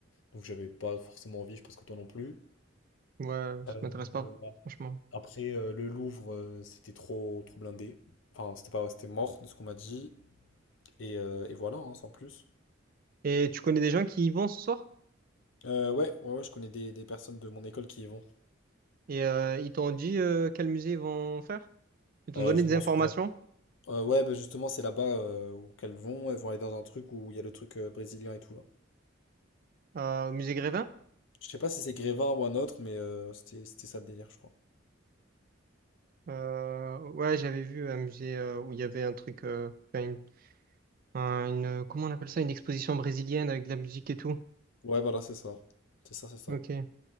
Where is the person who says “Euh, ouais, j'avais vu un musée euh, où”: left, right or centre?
Right